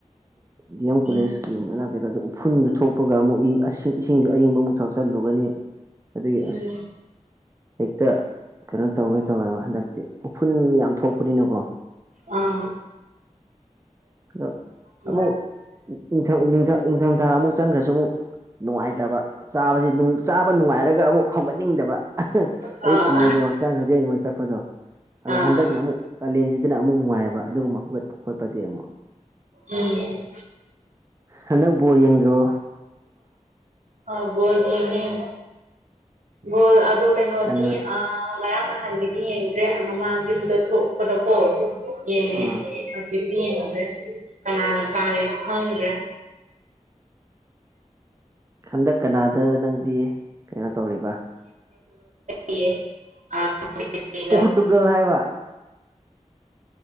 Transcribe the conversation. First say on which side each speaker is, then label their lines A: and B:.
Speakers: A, on the right; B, on the right.
A: ꯗꯤ ꯑꯦꯝ
B: ꯎꯝ
A: ꯀꯣꯂꯦꯖꯀꯤ ꯀꯩꯗ ꯎꯐꯨꯟꯗ ꯊꯣꯛꯄꯒ ꯑꯃꯨꯛ ꯏꯁꯤꯡꯁꯨ ꯑꯏꯪꯕ ꯑꯃꯨꯛ ꯊꯛꯆꯜꯂꯨꯒꯅꯤ ꯑꯗꯒꯤ
B: ꯎꯝ
A: ꯑꯁ ꯍꯦꯛꯇ ꯀꯩꯅꯣ ꯇꯧꯒꯦ ꯇꯧꯋꯦꯕ ꯍꯟꯗꯛꯇꯤ ꯎꯐꯨꯟ ꯌꯥꯝ ꯊꯣꯛꯄ ꯄꯨꯅꯀꯣ
B: ꯑꯥ
A: ꯑꯗꯣ
B: ꯎꯝ
A: ꯑꯃꯨꯛꯊ ꯏꯪꯊꯝꯊꯥ ꯑꯃꯨꯛ ꯆꯪꯈ꯭ꯔꯁꯨ ꯑꯃꯨꯛ ꯅꯨꯡꯉꯥꯏꯇꯕ ꯆꯥꯕꯁꯤ ꯆꯥꯕ ꯅꯨꯡꯉꯥꯏꯔꯒ ꯑꯃꯨꯛ ꯍꯧꯒꯠꯅꯤꯡꯗꯕ
B: ꯑꯥ
A: ꯑꯌꯨꯛ ꯀꯨꯝꯃꯨꯗꯣ ꯍꯛꯆꯥꯡ ꯁꯥꯖꯦꯜꯉꯣꯏ ꯆꯠꯄꯗꯣ ꯑꯗꯣ
B: ꯑꯥ
A: ꯍꯟꯗꯛꯅ ꯑꯃꯨꯛ ꯀꯥꯂꯦꯟꯁꯤꯗꯅ ꯑꯃꯨꯛ ꯅꯨꯡꯉꯥꯏꯑꯕ ꯑꯗꯨꯒꯨꯝꯕ ꯍꯧꯒꯠꯄ ꯈꯣꯠꯄꯗꯤ ꯑꯃꯨꯛ
B: ꯎꯝ
A: ꯍꯟꯗꯛꯄꯕꯣꯔ ꯌꯦꯡꯗ꯭ꯔꯣ
B: ꯑ ꯕꯣꯜ ꯌꯦꯡꯉ ꯕꯣꯜ ꯑꯗꯣ ꯀꯩꯅꯣꯗꯤ
A: ꯀꯅꯥ
B: ꯑ ꯉꯔꯥꯡ ꯅꯍꯥꯟꯒꯤꯗꯤ ꯌꯦꯡꯗ꯭ꯔꯦ ꯃꯃꯥꯡꯒꯤ ꯑꯃꯨꯗ ꯊꯣꯛꯄꯗꯀꯣ ꯌꯦꯡꯉꯦ
A: ꯑꯥ
B: ꯍꯧꯀꯤ ꯦ ꯀꯅꯥꯅ ꯀꯥꯁ ꯈꯪ꯭ꯔꯦ
A: ꯍꯟꯗꯛ ꯀꯅꯥꯗ ꯅꯪꯗꯤ ꯀꯩꯅꯣ ꯇꯧꯔꯤꯕ
B: ꯦ ꯑ ꯀꯩꯒ
A: ꯄꯣꯈꯠ ꯇꯨꯒꯜ ꯍꯥꯏꯥꯏꯕ